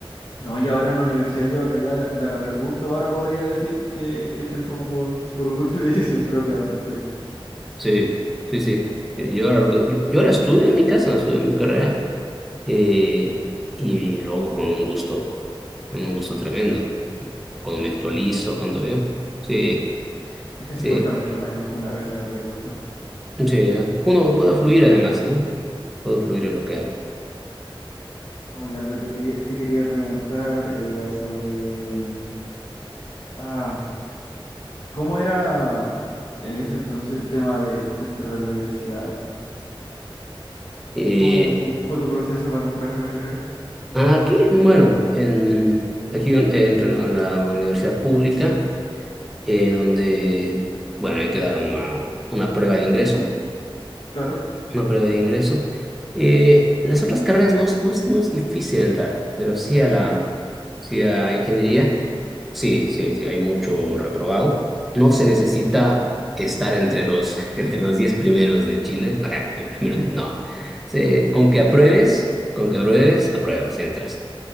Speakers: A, on the left (about 65°); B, in the centre.
A: No, y ahora en la universidad yo re- ya le agarré el gusto. Ahora podría decir que, que estoy como por, por gusto y <laughs> decisión propia donde estoy.
B: Sí, sí, sí. Yo, yo ahora lo que, yo, yo ahora estudio en mi casa, estudio mi carrera eh, y lo hago con un gusto, con un gusto tremendo. Cuando
A: Sí,
B: me actualizo,
A: pu.
B: cuando veo. Sí.
A: Es que sí
B: Sí,
A: cuesta mucho menos una vez le agarré el gusto.
B: Sí, ah, uno puede fluir además, ¿no? Puedo fluir en lo que hago.
A: Oye, algo te quería, te quería preguntar era sobre... mm, Ah, ¿cómo era en ese entonces el tema de, de entrar a la universidad?
B: Y
A: ¿Cómo, cómo fue tu proceso para entrar a la carrera?
B: aquí, bueno, en, aquí yo entro en la universidad pública, eh, donde, bueno, hay que dar una, una prueba de ingreso.
A: Claro.
B: una prueba de ingreso. Eh, las otras carreras no, es- no es, no es difícil entrar, pero sí a la, sí a ingeniería, sí, sí, sí, hay mucho reprobado. No se necesita estar entre los, <laughs> entre los 10 primeros de Chile, o sea, el primero,
A: <laughs>
B: no. Se- con que apruebes, con que apruebes, apruebas, entras.